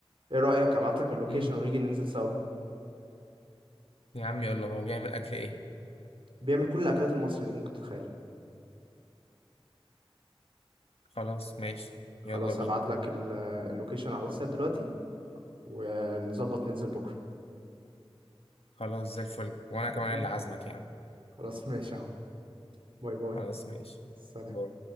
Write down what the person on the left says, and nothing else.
مم.
يا عم يلا هو بيعمل اكل ايه
خلاص ماشي
يلا بينا
خلاص زي الفل وانا
كمان اللي عازمك يا عم
خلاص ماشي
باي.